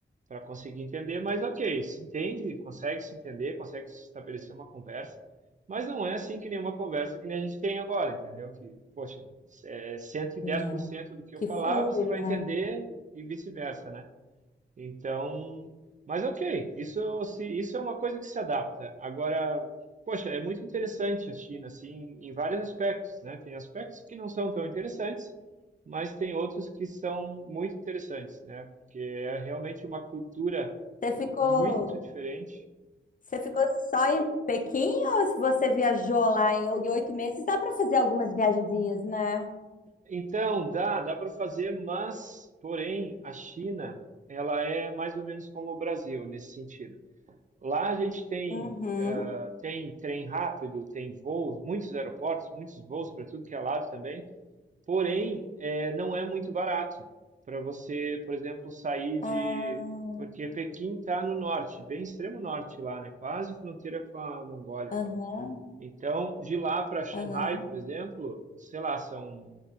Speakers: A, on the right; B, on the left.
A: para conseguir entender, mas ok, se entende, consegue se entender, consegue se estabelecer uma conversa. Mas não é assim que nenhuma conversa que nem a gente tem agora, entendeu? Que, poxa, é cento e dez
B: né?
A: por cento do que eu
B: Que
A: falar,
B: flui,
A: você
B: né?
A: vai entender e vice-versa, né? Então, mas ok, isso se isso é uma coisa que se adapta. Agora, poxa, é muito interessante a China, assim, em vários aspectos, né? Tem aspectos que não são tão interessantes, mas tem outros que são muito interessantes, né? Porque é realmente uma cultura
B: Você ficou,
A: muito diferente.
B: você ficou só em Pequim ou se você viajou lá em em oito meses? Dá para fazer algumas viagenzinhas, né?
A: Então, dá, dá para fazer, mas, porém, a China, ela é mais ou menos como o Brasil nesse sentido. Lá a gente tem
B: Uhum.
A: tem trem rápido, tem voos, muitos aeroportos, muitos voos para tudo que é lado também. Porém, é, não é muito barato para você, por exemplo, sair de.
B: Ah,
A: Porque Pequim está no norte, bem extremo norte lá, né? Quase fronteira com a Mongólia
B: aham,
A: lá. Então, de lá para Xangai,
B: aham,
A: por exemplo, sei lá, são.